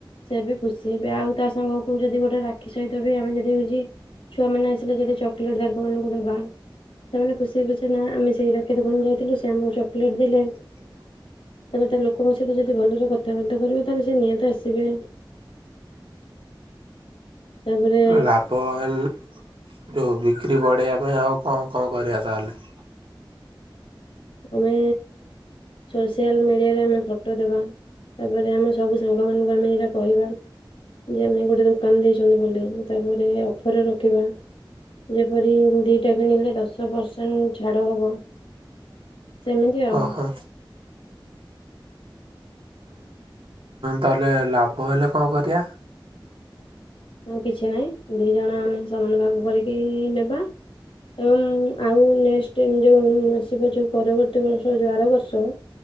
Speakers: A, on the left; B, on the right.
A: ସେ ବି ଖୁସି ହେବେ ଆଉ ତା ସାଙ୍ଗକୁ ଯଦି ଗୋଟେ ରାକ୍ଷୀ ସହିତ ବି ଆମେ ଯଦି ହଉଛି ଛୁଆମାନୋନ ଆସିଲେ ଯଦି ଚକୋଲେଟ୍ ଦ ମାନଙ୍କୁ ଦେବା ସେମାନେ ଖୁସି ହେବେଛ ନା ଆମେ ସେଇ ରାକ୍ଷୀ ଦୋକାନ ଯାଇଥିଲୁ ସେ ଆମକୁ ଚକୋଲେଟ୍ ଦେଲେ।
B: ସେ
A: ତମେ ତ ଲୋକଙ୍କ ସହିତ ଯଦି ଭଲରେ କଥାବାର୍ତ୍ତା କରିବେ ତାହେଲେ ସେ ନିହାତି ଆସିବେ। ତାପରେ
B: ଲାଭ ହେଲେ ଯେଉଁ ବିକ୍ରି ବଢ଼େଇବା ପାଇଁ ଆଉ କଣ କଣ କରିବା ତାହେଲେ।
A: ଆମେ ସୋସିଆଲ ମିଡିଆରେ ଆମେ ଫଟୋ ଦେବା। ତାପରେ ଆମ ସବୁ ସାଙ୍ଗମାନଙ୍କୁ ଆମେ ଏଇଟା କହିବା। ଯେ ଆମେ ଗୋଟେ ଦୋକାନ ଦେଇଛନ୍ତି ବୋଲି ତାପରେ ଅଫରରେ ରଖିବା। ଯେପରି ଦିଟା କିଣିଲେ ଦଶ ପ୍ରସେଣ୍ଟ୍ ଛାଡ଼ ହବ। ସେମିତି ଆଉ।
B: ଓ ହୋ।
A: <unintelligible>
B: ତାହେଲେ ଲାଭ ହେଲେ କଣ କରିବା?
A: ଆଉ କିଛି ନାହିଁ ଦି ଜଣ ଆମେ ସମାନ ଭାଗ କରିକି ନେବା। ଉଁ ଆଉ ନେକ୍ସଟ୍ ଏ ଯୋଉ ଆସିବା ଯେଉଁ ପରବର୍ତ୍ତୀ ବର୍ଷ ଆର ବର୍ଷ